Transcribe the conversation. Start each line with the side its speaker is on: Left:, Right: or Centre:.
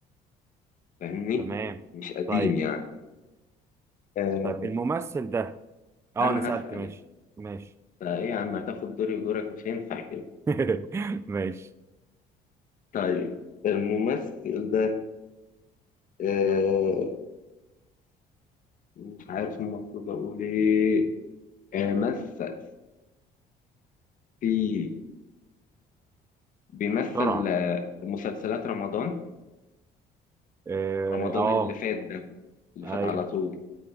Left: فاهمني
Right: تمام
Left: مش قديم
Right: طيب
Left: يعني آه
Right: طيب الممثل ده اه
Left: أنا
Right: انا سألت
Left: هسأل
Right: ماشي ماشي
Left: فايه يا عم هتاخد دوري ودورك مش هينفع كده
Right: <laughs> ماشي
Left: طيب الممثل ده آه مش عارف المفروض اقول ايه آه مثل في بيمثل
Right: بسرعة
Left: آه، مسلسلات رمضان
Right: اه
Left: رمضان
Right: آه،
Left: اللي فات ده اللي
Right: ايوه
Left: فات على طول